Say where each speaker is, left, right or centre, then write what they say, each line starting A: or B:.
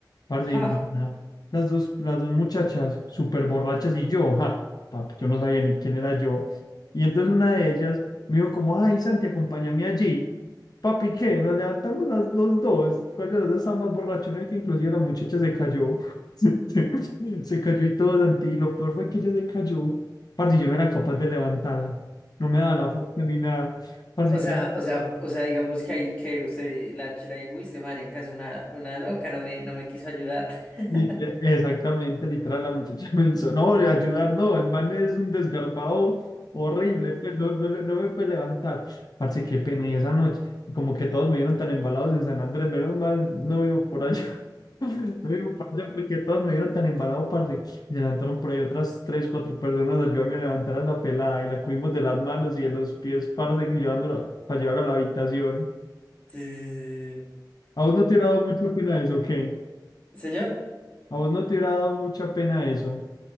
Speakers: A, on the left; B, on the left.
A: Parce,
B: Ja.
A: y no, no. Las dos, las dos muchachas, súper borrachas y yo, ja, papi, yo no sabía ni quién era yo. Y entonces una de ellas me dijo como, ay, Santi, acompáñame allí. Papi, ¿qué? Nos levantamos las, los dos. ¿Cuál de los dos estaba más borracho? No, que inclusive la muchacha se cayó. <laughs> Se, se- se cayó y todo, Santi. Y lo peor fue que ella se cayó. Parce, yo no era capaz de levantarla no me da la fuerza ni nada. Parce
B: O
A: que
B: sea, o sea, o sea, digamos que hay que usted la chira y uy, se marica es una, una loca, no me, no me quiso ayudar. <laughs>
A: lit- exactamente, literal, la muchacha <laughs> me hizo, no, de ayudar no, el man es un desgarbado horrible, pues no, no, le- no me puede levantar. Parce, qué pena, y esa noche, y como que todos me vieron tan embalados en San Andrés, menos mal, no vivo por allá, <laughs> no vivo por allá porque todos me vieron tan embalado, parce, y se levantaron por ahí otras tres, cuatro personas, a ayudarme a levantar a la pelada, y la cubrimos de las manos y de los pies, parce, llevándola para llevar a la habitación.
B: Sí, sí, sí.
A: ¿A vos no te ha dado mucho pena de eso, o qué?
B: sí. Señor,
A: A vos no te hubiera dado mucha pena eso.